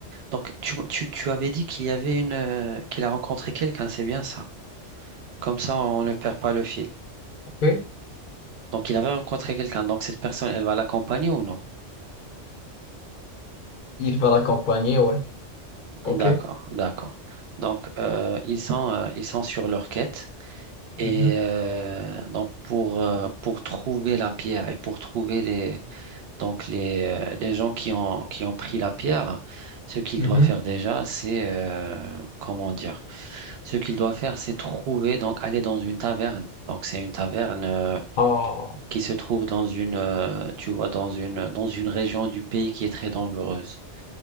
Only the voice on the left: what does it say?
Ok?
Il va l'accompagner, ouais. Ok?
Mhm,
mhm.
Ah,